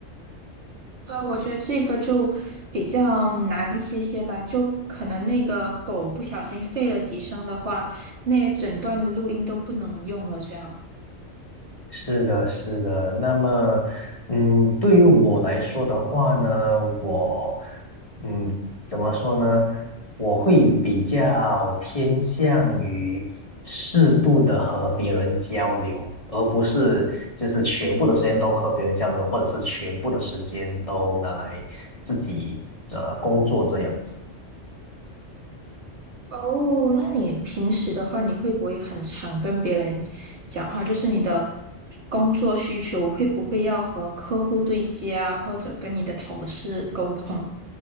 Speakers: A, on the right; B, on the left.
A: 对，我觉得这个就比较难一些些吧，就可能那个狗不小心吠了几声的话，那整段录音都不能用了。这样
B: 是的，是的。那么，嗯，对于我来说的话呢，我，嗯，怎么说呢？我会比较偏向于适度的和别人交流，而不是就是全部的时间都和别人交流，或者是全部的时间都拿来自己呃工作这样子。
A: 哦，那你平时的话，你会不会很常跟别人讲话？就是你的工作需求会不会要和客户对接啊，或者跟你的同事沟通？